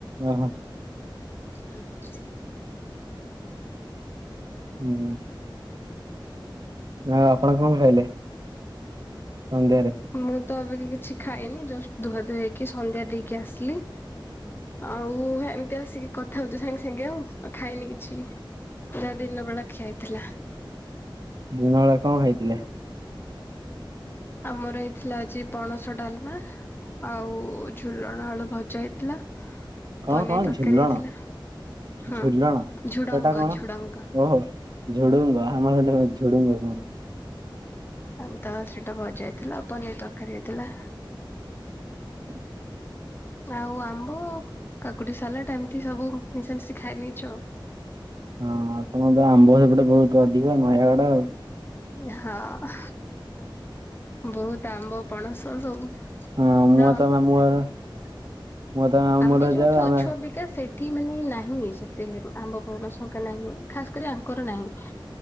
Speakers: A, on the right; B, on the left.
A: ଓ ହ।
B: ହ
A: ହୁଁ। ହଉ ଆପଣ କଣ ଖାଇଲେ ସନ୍ଧ୍ୟାରେ?
B: ମୁଁ ତ ଏବେକି କିଛି ଖାଇନି। ଜଷ୍ଟ ଧୁଆ ଧୁଇ ହେଇକି ସନ୍ଧ୍ୟା ଦେଇକି ଆସିଲି। ଆଉ ଏମିତି ଆସିକି କଥା ହଉଚୁ ସାଙ୍ଗେ ସାଙ୍ଗେ ଆଉ ଆଉ ଖାଇନି କିଛି ବି। ଯାହା ଦିନ ବେଳା ଖିଆ ହେଇଥିଲା।
A: ଦିନ ବେଳା କଣ ଖାଇଥିଲେ?
B: ଆମର ହେଇଥିଲା ଆଜି ପଣସ ଡାଲମା। ଆଉ ଝୁଲଣ ଆଳୁ ଭଜା ହେଇଥିଲା।
A: କଣ
B: ପନିର
A: କଣ
B: ତରକାରୀ
A: ଝୁଲଣ
B: ହେଇଥିଲା। ହଁ
A: ଝୁଲଣ
B: ଝୁଡ଼ଙ୍ଗ
A: ସେଟା କଣ
B: ଝୁଡ଼ଙ୍ଗ।
A: ଓହୋ ଝୁଡୁଙ୍ଗ ଆମର ହେଟା ଝୁଡୁଙ୍ଗ କୁହନ୍ତି।
B: ଆମ ତ ସେଇଟା ଭଜା ହେଇଥିଲା ଆଉ ପନିର ତରକାରୀ ହେଇଥିଲା।
A: <unintelligible>
B: ଆଉ ଆମ୍ବ କାକୁଡି ସାଲାଡ ଏମିତି ସବୁ ମିଶାମିଶି ଖାଇ ନେଇଚୁ ଆଉ।
A: ହଁ। ତମର ତ ଆମ୍ବ ସେପଟେ ବହୁତ ଅଧିକ ନୟାଗଡ ଆଉ।
B: ହଁ। ବହୁତ ଆମ୍ବ ପଣସ ସବୁ।
A: ହଁ ମୁଁ
B: ତ
A: ହେତେବେଳେ ମାମୁଁ ଘର ମୁଁ ତ ମାମୁଁ
B: ଆମେ
A: ଘର
B: ଯୋଉଠି
A: ଯାଉ ଆମେ
B: ଅଛୁ ଅବି କା ସେଠି ମାନେ ନାହିଁ ସେତେ ଆମ୍ବ ପଣଣ ଅଙ୍କା ନାହିଁ। ଖାସ୍ କରି ଆଙ୍କର ନାହିଁ।